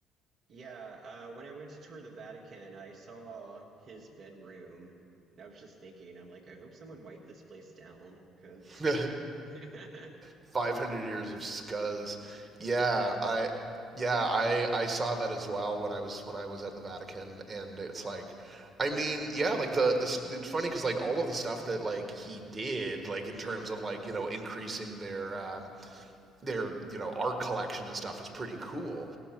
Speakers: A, on the right; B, on the right.
A: Yeah. Uh, when I went to tour the Vatican, I saw his bedroom, and I was just thinking, I'm like, I hope someone wiped this place down, because
B: <laughs>
A: <laughs> yeah,
B: Five hundred years of scuzz. Yeah, I yeah, I I saw that as well when I was when I was at the Vatican, and it's like, I mean, yeah, like the the s- it's funny because like all of the stuff that like he did, like in terms of like you know increasing their um their you know art collection and stuff is pretty cool,